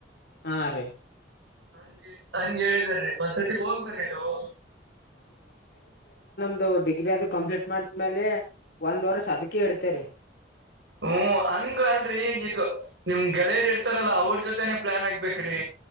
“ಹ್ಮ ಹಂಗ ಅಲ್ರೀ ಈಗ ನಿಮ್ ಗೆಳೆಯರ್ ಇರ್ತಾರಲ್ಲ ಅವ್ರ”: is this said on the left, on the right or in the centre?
Right